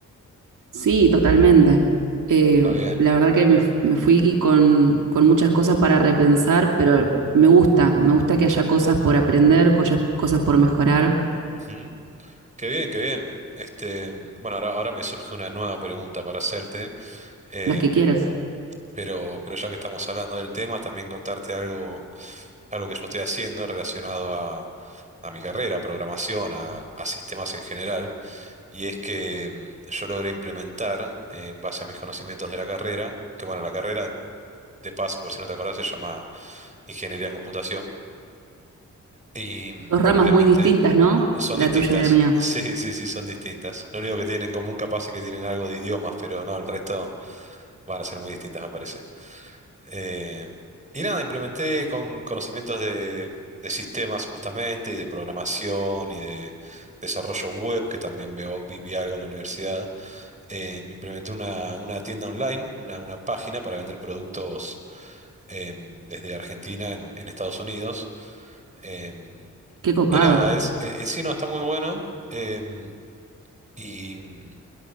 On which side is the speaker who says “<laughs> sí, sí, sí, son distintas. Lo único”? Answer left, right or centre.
Right